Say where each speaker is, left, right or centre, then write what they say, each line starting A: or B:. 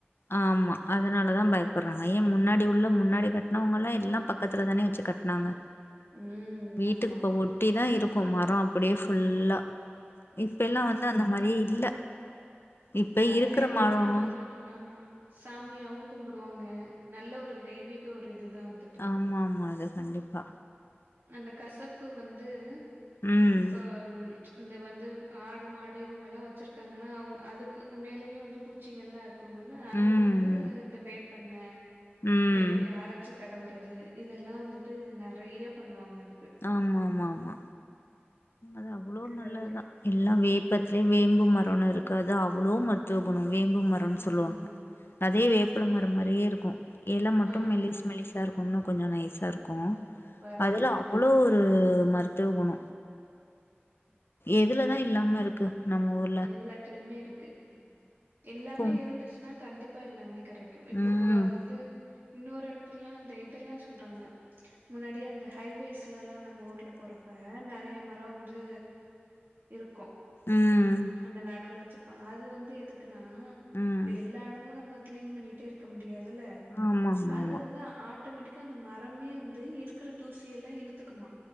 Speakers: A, on the left; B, on the right.
A: ஆமா அதனாலதா பயப்படுறாங்க ஏ மு முன்னாடி உள்ள முன்னாடி கட்டுனவங்கெல்லா எல்லா பக்கத்துல தானே வெச்சு கட்டுனாங்க
B: ம்
A: வீட்டுக்குப்ப
B: ஆமா
A: ஒட்டி தா இருப் குமரம் அப்படியே ஃபுல்லா இப்பெல்லாம் வந்து அந்த மாதிரியே இல்ல இப்ப
B: அ
A: இருக்கிற
B: வேப்பமரத்தை
A: மரம்
B: வந்துட்டு ஆமா சாமியாவும் கும்பிடுவாங்க நல்ல ஒரு தெய்வீக ஒரு இதுதான்
A: ஆமா ஆமா அது கண்டிப்பா
B: அந்த கசப்பு வந்து
A: ம்.
B: இப்ப இந்த வந்து ஆடு மாடு இவங்க எல்லாம் வச்சிருக்காங்க அதுக்கு மேலேயே வந்து பூச்சிகள்ல்லாம் இருக் இருல்ல அதுக்கு
A: ம்.
B: வந்து இந்த வே பண்ண
A: ம்.
B: வேப்பில அரச்சி தடவு டுறது இதெல்லாம் வந்துட்டு நிறைய பண்ணுவாங்க அது
A: ஆமா ஆமா ஆமா அது அவ்வளவு
B: இதெல்லா
A: நல்லதுதான் எல்லாம் வேப்பத்திலயே வேம்பு ம கொரோனா இருக்கு அது அவ்வளோ மருத்துவ குணம் வேம்பு மரம்னு
B: ம்
A: சொல்லுவாங்க அதே வேப அப்பள மரம் மாரியே இருக்கும் எல மட்டும்
B: ஆ
A: மெலிஸ்
B: ஆ
A: மெலிசாக இருக்கு இன்னு கொஞ்சோ நைஸாக இருக்கு
B: பரவாயில்ல
A: அதுல அவ்ளோ ஒரு மருத்துவ குண எதுலதா இல்லாம இருக்கு நம்ம ஒரு
B: எல்லாத்துலயுமே இருக்கு எல்லாமே
A: பும்
B: இருந்துச்சுன்னா கண்டிப் பப்ப இல்லாமே கெடைக்கும் இப்ப
A: ம்
B: போ வந்து இன்னொரு இடத்துலலாம் இந்த இதெல்லாம் சொல்றாங்க முன்னாடி அந்த ஹைவேஸ்லல்லாம் நம்ம ஊர்ல போறப்ப நெறைய மர வந்து இருக் கும்
A: ம்
B: அந்த நடுல வச்சிருப்பாங்க அது வந்து எதுக் ஆஹூ
A: ம்
B: இப்ப எல்லா எடமு நம்ம கிளீன் பண்ணிட்டே இருக்க முடி முடியாதுல
A: ஆமா
B: அது
A: ஆமா ஆமா
B: வந்து ஆட் ஆட்டோமெட்டிக்கா அந்த மரமே வந்து இருக்கிற தூசியெல்லா இழுத்துக்குமா